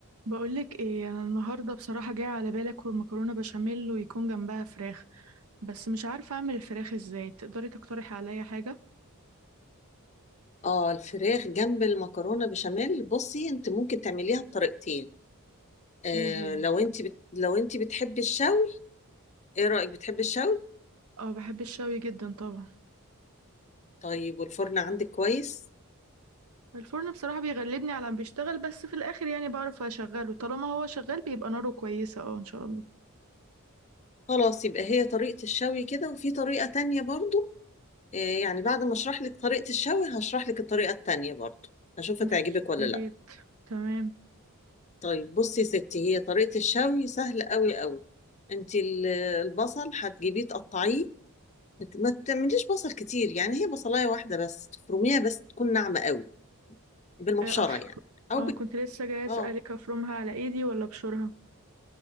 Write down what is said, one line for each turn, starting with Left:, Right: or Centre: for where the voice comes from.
Right: بقولك ايه انا النهارده بصراحه جاي على بالي اكل مكرونه بشاميل ويكون جنبها فراخ بس مش عارفه اعمل الفراخ ازاي تقدري تقترحي عليا حاجه
Left: اه الفراخ جنب المكرونه بشاميل بصي انت ممكن تعمليها بطريقتين آه
Right: ايه هي
Left: لو انت بت... لو انت بتحبي الشوي ايه رايك بتحبي الشوي
Right: اه بحب الشوي جدا طبعا
Left: طيب والفرن عندك كويس
Right: الفرن بصراحه بيغلبني على ما بيشتغل بس في الاخر يعني بعرف اشغله طالما هو شغال بيبقى ناره كويسه اه ان شاء الله
Left: خلاص يبقى هي طريقه الشوي كده وفي طريقه تانية برضو آه يعني بعد ما اشرح لك طريقه الشوي هشرح لك الطريقه التانية برضو اشوف
Right: ماشي
Left: هتعجبك ولا
Right: يا
Left: لا
Right: ريت تمام
Left: طيب بصي يا ستي هي طريقه الشوي سهله قوي قوي انت ال- البصل هتجيبيه تقطعيه بت- ما تعمليش بصل كتير يعني هي بصلايه واحده بس تفرميها بس تكون ناعمه قوي بالمبشره
Right: ايه أف...
Left: يعني او
Right: اه
Left: بك...
Right: كنت لسه جاي اسالك
Left: اه
Right: افرمها على ايدي ولا بشورها